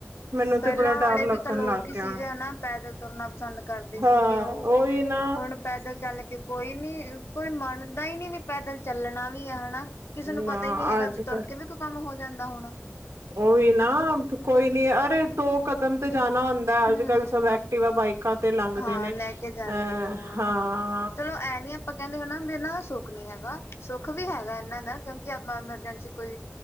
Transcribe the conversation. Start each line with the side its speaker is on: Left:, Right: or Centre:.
Right: ਮੈਨੂੰ
Left: ਪਹਿਲਾਂ
Right: ਤੇ ਬੜਾ
Left: ਵਾਲੇ
Right: ਡਰ
Left: ਵੀ
Right: ਲੱਗਣ
Left: ਤਾਂ ਲੋਕ
Right: ਲੱਗ
Left: ਹੀ
Right: ਗਿਆ
Left: ਸੀਗੇ ਹਨਾ ਪੈਦਲ ਤੁਰਨਾ ਪਸੰਦ ਕਰਦੇ
Right: ਹਾਂ
Left: ਸੀਗੇ ਉਹ
Right: ਉਹੀ ਨਾ
Left: ਹੁਣ ਪੈਦਲ ਚੱਲ ਕੇ ਕੋਈ ਨੀ ਕੋਈ ਮੰਨਦਾ ਹੀ ਨਹੀਂ ਵੀ ਪੈਦਲ ਚੱਲਣਾ ਵੀ ਆ ਹਨਾ ਕਿਸੇ ਨੂੰ ਪਤਾ
Right: ਨਾ
Left: ਹੀ ਨੀ ਹੈਗਾ
Right: ਅੱਜ
Left: ਵੀ ਤੁਰ
Right: ਕੱਲ
Left: ਕੇ ਵੀ ਕੋਈ ਕੰਮ ਹੋ ਜਾਂਦਾ ਹੋਣਾ
Right: ਉਹੀ ਨਾ ਕੋਈ ਨੀ ਅਰੇ ਦੋ ਕਦਮ ਤੇ ਜਾਣਾ ਹੁੰ ਅੱਜ
Left: ਹਮ
Right: ਕੱਲ੍ਹ ਸਬ ਐਕਟੀਵਾ ਬਾਈਕਾਂ ਤੇ ਲੰਘਦੇ
Left: ਹਾਂ
Right: ਨੇ
Left: ਲੈ
Right: ਅਹ
Left: ਕੇ ਜਾਂਦੇ ਨੇ
Right: ਹਾਂ
Left: ਚਲੋ ਐ ਨੀ ਆਪਾਂ ਕਹਿੰਦੇ ਹਨ ਨਾ ਬਿਨਾਂ ਸੁੱਖ ਨੀ ਹੈਗਾ, ਸੁੱਖ ਵੀ ਹੈਗਾ ਇਹਨਾਂ ਦਾ ਕਿਉਂਕਿ ਆਪਾਂ ਐਮਰਜੈਂਸੀ ਕੋਈ।